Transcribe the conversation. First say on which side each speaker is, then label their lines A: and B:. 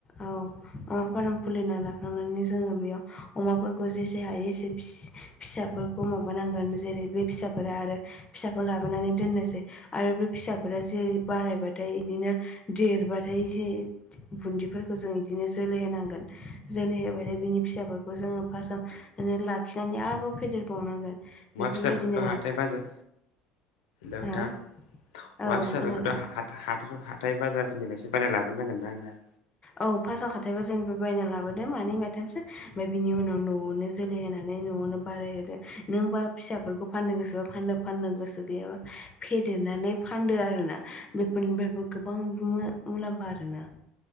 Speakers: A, on the left (about 25°); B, on the left (about 85°).
A: औ। अमा फार्म खुलिना लाखांनानै जोङो बेयाव अमाफोरखौ जेसे हायो एसे फिसाफोरखौ माबानांगोन जेरै बे फिसाफोरा आरो फिसा खौ लाबोनानै दोननोसै आरो बे फिसाफोरा जेरै बारायबाथाय बिदिनो देरबाथाय एसे बुन्दिफोरखौ जों बिदिनो जोलै होनांगोन। जोलै होबायथाय बिनि फिसाफोरखौ जोङो फार्स्टआव लाखिनानै आरोबाव फेदेरबावनांगोन।
B: अमा
A: बेफोरबायदिनो
B: फिसाफोरखौथ' हाथाय बाजार लोंथां
A: हो
B: अमा
A: औ
B: फिसाफोरखौथ'
A: खोनादों
B: हा हाथ हाथाय बाजारफोरनिफ्रायो बाराय लाबोनांगोन ना नोंथां?
A: औ फास्टाव खाथायबा जोंनि बे बायना लाबोददों मानै माथामसो ओमफ्राय बिनि उनाव न'आवनो जोलै होनानै न'आवनो बारायहोदो नोंबा फिसाफोरखौ फाननो गोसोबा फाननो फाननो गोसो गैयाबा फेदेरनानै फानदो आरो ना बेफोरनिफ्रायबो गोबां मुलाम्फा आरोना।